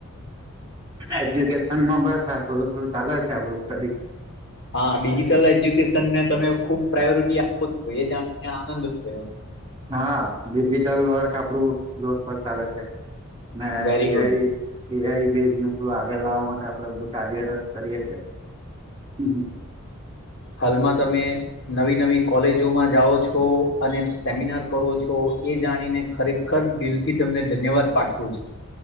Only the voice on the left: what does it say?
હા ડિજટલ એજ્યુકેશન ને તમે ખુબ પ્રાયોરિટી આપો છો એ જાણીને આનંદ. હ <unintelligible>
વેરી
ગુડ
હાલમાં તમે નવી નવી કોલેજોમાં જાઓ છો અને સેમિનાર કરો છો. એ જાણીને ખરેખર દિલથી તમને ધન્યવાદ પાઠવું છું.